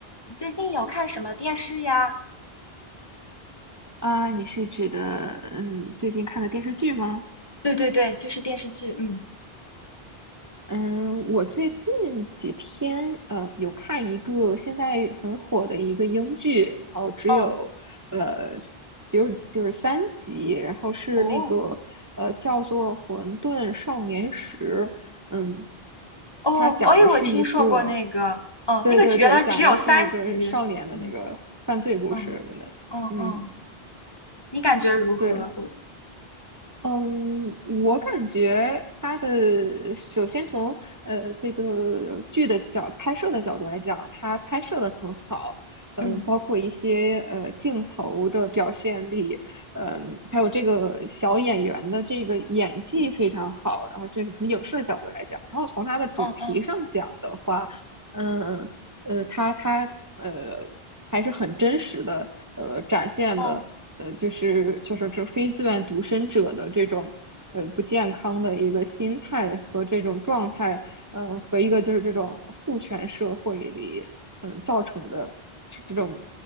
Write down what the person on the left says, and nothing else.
你最近有看什么电视呀？
对对对，就是电视剧。嗯，
哦
哦
哦，
哎，我听说过那个，哦，
那个只原来只有三集。
嗯嗯嗯嗯，
你感觉如何？
我
嗯
嗯嗯
哦